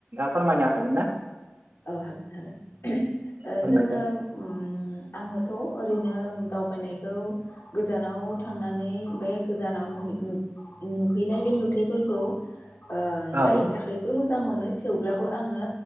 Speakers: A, on the right (about 55°); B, on the left (about 75°).
A: फोरमायनो
B: औ
A: हागोन ना
B: औ हागोन हागोन ओ
A: फोरमायदो
B: जोङो ओम आङोथ ओरैनो दावबायनायखौ गोजानाव थांनानै बे गोजानाव नुहै- नु-नुहैनाय बे नुथायफोरखौ ओ नायहैनो
A: औ
B: थाखायबो मोजां मोनो। दाबो आङो